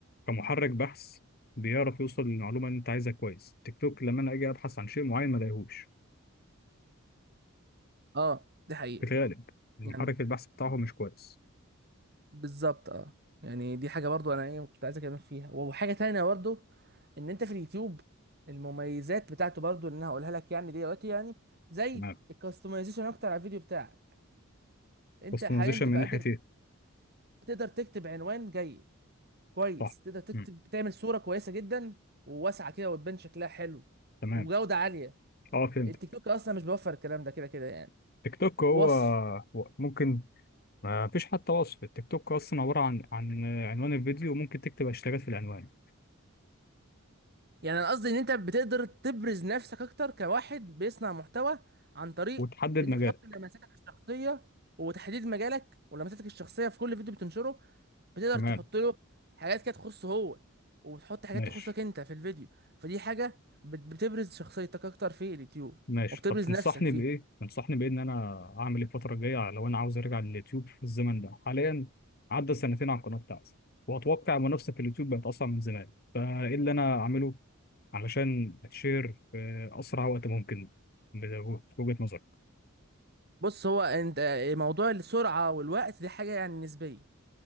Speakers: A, on the left (about 45°); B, on the right (about 45°).
A: كمحرك بحث بيعرف يوصل للمعلومه اللي انت عايزها كويس تيك توك لما انا اجي ابحث عن شيء معين ما الاقيهوش
B: اه دي حقيقه
A: في الغالب المحرك
B: يعني
A: البحث بتاعه مش كويس
B: بالظبط اه يعني دي حاجه برضه انا ايه كنت عايز اتكلم فيها وحاجه تانية برضه ان انت في اليوتيوب المميزات بتاعته برضه اللي انا هقولها لك يعني دلوقتي يعني زي
A: تمام
B: الكاستمايزيشن اكتر على الفيديو بتاعك انت
A: كاستمايزيشن
B: حاليا تبقى
A: من ناحيه
B: قادر
A: ايه
B: تقدر تكتب عنوان جيد كويس
A: صح
B: تقدر تكتب
A: مم.
B: تعمل صوره كويسه جدا وواسعه كده وتبان شكلها حلو
A: تمام
B: وجوده عاليه
A: اه فهمت
B: التيك توك اصلا مش بيوفر الكلام ده كده كده يعني
A: تيك توك هو
B: وصف
A: هو ممكن ما فيش حتى وصف التيك توك اصلا عباره عن عن عنوان الفيديو وممكن تكتب هاشتاجات في العنوان
B: يعني انا قصدي ان انت بتقدر تبرز نفسك اكتر كواحد بيصنع محتوى عن طريق
A: وتحدد
B: ان انت
A: مجال
B: تحط لمساتك الشخصيه وتحديد مجالك ولمساتك الشخصيه في كل فيديو بتنشره بتقدر
A: تمام
B: تحط له حاجات كده تخصه هو وتحط حاجات
A: ماشي
B: تخصك انت في الفيديو فدي حاجه بت- بتبرز شخصيتك اكتر في اليوتيوب
A: ماشي
B: وبتبرز
A: طب تنصحني
B: نفسك فيه
A: بايه تنصحني بايه ان انا اعمل ايه الفتره الجايه لو انا عاوز ارجع لليوتيوب في الزمن ده حاليا عدى سنتين على القناه بتاعتي واتوقع المنافسه في اليوتيوب بقت اصعب من زمان فايه اللي انا اعمله علشان اتشير في اسرع وقت ممكن بوجهه نظرك
B: بص هو انت موضوع السرعه والوقت دي حاجه يعني نسبيه